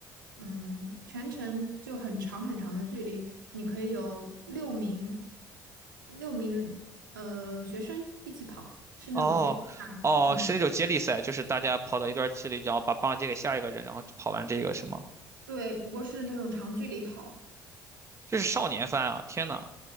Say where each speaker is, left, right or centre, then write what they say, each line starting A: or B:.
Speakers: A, on the right; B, on the right.
A: 嗯，全程就很长很长的距离，你可以有六名六名呃学生一起跑，是那种接力赛
B: 哦，哦，
A: 嗯，
B: 是那种接力赛，就是大家跑到一段距离，然后把棒借给下一个人，然后跑完这个是吗？
A: 对，不过是那种长距离跑，
B: 这是少年番啊！天呐，